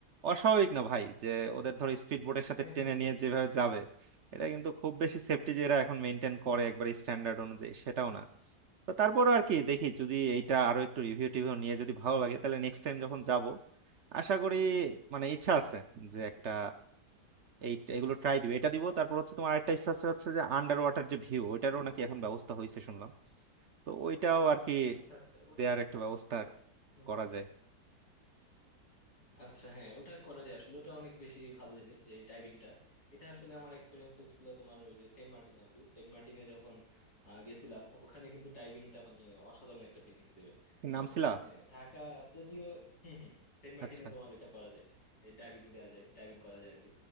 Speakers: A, on the right; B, on the left.
A: অস্বাভাবিক না ভাই যে ওদের ধরো স্পিড বোটের সাথে
B: হ্যাঁ
A: টেনে
B: হ্যাঁ এটাই
A: নিয়ে
B: বলবো
A: যেভাবে যাবে এটা কিন্তু খুব বেশি সেফটি যে এরা এখন মেনটেন করে একবার স্ট্যান্ডার্ড অনুযায়ী সেটাও না তো তারপরও আর কি দেখি যদি এইটা আরো একটু রিভিউ টিভিউ নিয়ে যদি ভালো লাগে তাহলে নেক্সট টাইম যখন যাব আশা করি মানে ইচ্ছা আছে যে একটা এই এগুলো ট্রাই দিব এটা দিব তারপর হচ্ছে তোমার আরেকটা ইচ্ছা আছে হচ্ছে যে আন্ডার ওয়াটার যে ভিউ ওইটারও নাকি এখন ব্যবস্থা হয়েছে শুনলাম তো ওইটাও আর কি
B: আচ্ছা আচ্ছা ওট-
A: দেয়ার একটা ব্যবস্থা
B: হুম
A: করা
B: হুম
A: যায়
B: আচ্ছা হ্যাঁ ওটা করা যায় আসলে ওটা অনেক বেশি ভালো জিনিস যে ডাইভিংটা এটা আসলে আমার এক্সপিরিয়েন্স ছিল তোমার ওই যে সেন্ট মার্টিন আর কি সেন্ট মার্টিনে যখন আহ, গেছিলাম ওখানে কিন্তু ডাইভিংটা মানে অসাধারণ একটা ফিলিংস দিবে
A: কি
B: তোমাকে
A: নামছিলা
B: হ্যাঁ ঢাকা যদিও হুম হুম সেন্ট মার্টিনে
A: আচ্ছা
B: তোমার এটা করা যায় ডাইভিং দেওয়া যায় ডাইভিং করা যায় আর কি